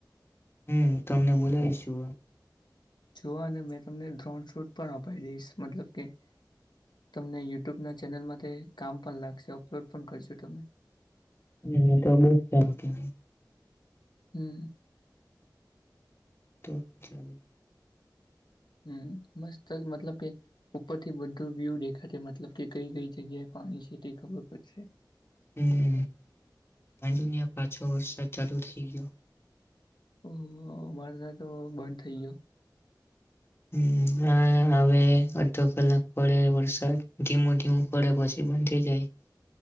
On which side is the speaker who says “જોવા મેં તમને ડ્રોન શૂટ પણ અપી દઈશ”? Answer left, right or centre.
Left